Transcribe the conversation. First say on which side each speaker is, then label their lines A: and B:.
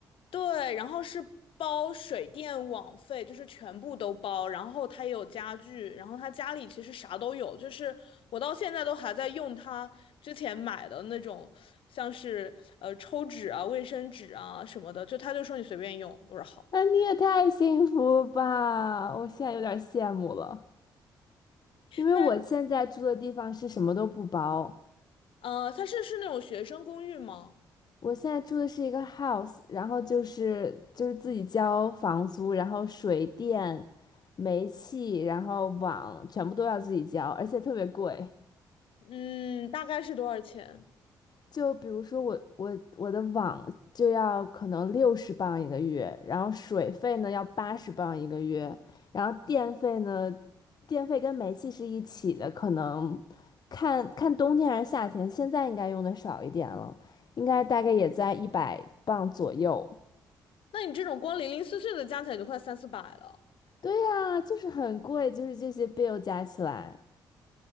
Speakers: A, on the left; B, on the left.
A: 对，然后是包水电网费，就是全部都包，然后他也有家具，然后他家里其实啥都有，就是我到现在都还在用他之前买的那种，像是呃抽纸啊、卫生纸啊什么的，就他就说你随便用，我说好。
B: 那你也太幸福了吧！我现在有点羡慕了，因为我现在住的地方是什么都不包，
A: 那呃，他是是那种学生公寓吗？
B: 我现在住的是一个 house，然后就是就是自己交房租，然后水电、煤气，然后网全部都要自己交，而且特别贵。
A: 嗯，大概是多少钱？
B: 就比如说我我我的网就要可能六十磅一个月，然后水费呢要八十磅一个月，然后电费呢，电费跟煤气是一起的，可能看看冬天还是夏天，现在应该用的少一点了，应该大概也在一百磅左右。
A: 那你这种光零零碎碎的加起来就快三四百了，
B: 对呀，就是很贵，就是这些 bill 加起来